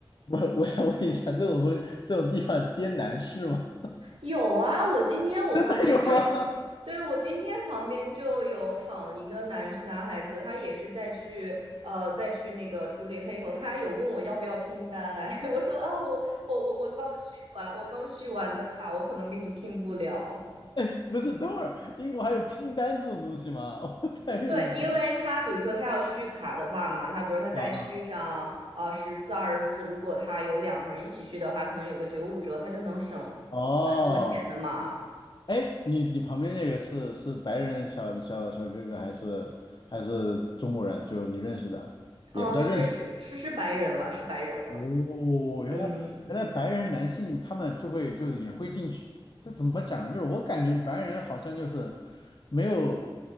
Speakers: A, on the left; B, on the right.
A: 我我想问一下，这种东西这种地方接男士吗？
B: 有啊，我今天我旁边就，
A: <laughs> 有啊，
B: 对，我今天旁边就有躺一个男男孩子，他也是在去呃在去那个处理黑头，他还有问我要不要拼单，哎，<laughs> 我说啊，我我我我刚续完，我刚续完的卡，我可能给你拼不了。
A: <laughs> 不是，等会儿英国还有拼单这种东西吗？<laughs> 哦，太有意思了。
B: 对，因为他比如说他要续卡的话嘛，他比如说他再续上啊十次二十次，
A: 啊啊，
B: 如果他有两个人一起续的话，可能有个九五折，他就能省蛮多钱的嘛。
A: 哦。哎，你你旁边那个是是白人小小小哥哥还是还是中国人？就你认识的，也不叫认识。
B: 哦，是是是是白人了，是白人了。
A: 哦，原来原来白人男性他们就会就是也会进去，
B: 嗯，
A: 这怎么讲呢？就是我感觉白人好像就是没有